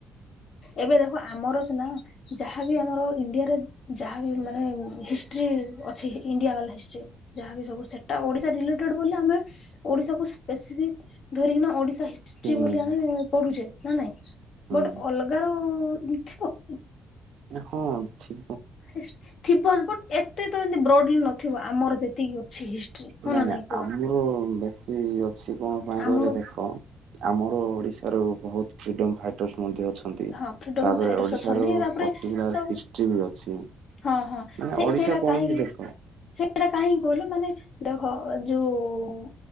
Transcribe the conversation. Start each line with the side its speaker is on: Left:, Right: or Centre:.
Left: ଏବେ ଦେଖ ଆମର ସିନା ଯାହାବି ଆମର ଇଣ୍ଡିଆରେ, ଯାହାବି ମାନେ ହିଷ୍ଟ୍ରି ଅଛି ଇଣ୍ଡିଆ ବାଲା ହିଷ୍ଟ୍ରି, ଯାହାବି ସବୁ ସେଟା ଓଡିଶା ରିଲେଟେଡ ବୋଲି ଆମେ ଓଡିଶାକୁ ସ୍ପେସିଫିକ ଧରିକିନା ଓଡିଶା ହିଷ୍ଟି
Right: ହୁଁ
Left: ବୋଲି ଆମେ ପଢୁଛେ ନା ନାଇଁ
Right: ହୁଁ
Left: ବଟ ଅଲଗା ର ଏନତି ଥିବ?
Right: ହଁ ଥି
Left: ହିସ ଥିବ ବଟ ଏତେ ତ ଏମତି ବ୍ରଡଲି ନଥିବ ଆମର ଯେତିକି ଅଛି ହିଷ୍ଟ୍ରି ହଁ
Right: ନାଇଁ
Left: ନା
Right: ନାଇଁ
Left: କୁହ
Right: ଆମର ବେଶୀ ଅଛି କଣ ପାଇଁ
Left: ଆମର
Right: କହିଲେ ଦେଖ ଆମର ଓଡ଼ିଶାରୁ ବହୁତ ଫ୍ରିଡ଼ମ୍ ଫାଇଟ ଟର୍ସ ମଧ୍ୟ ଅଛନ୍ତି।
Left: ହଁ ଫ୍ରିଡମ
Right: ତାପରେ
Left: ଫାଇଟର୍ସ
Right: ଓଡିଶାର
Left: ଅଛନ୍ତି ତାପରେ
Right: ପଟିକୁଲାର
Left: ସବୁ
Right: ହିଷ୍ଟ୍ରି ବି ଅଛି।
Left: ହଁ ହଁ
Right: ମାନେ
Left: ସେ
Right: ଓଡିଶା
Left: ସେଇଟା
Right: କଣ
Left: କାହିଁକି
Right: କି ଦେଖ
Left: ସେଇଟା କାହିଁକି କହିଲ ମାନେ ଦେଖ ଯୋଉ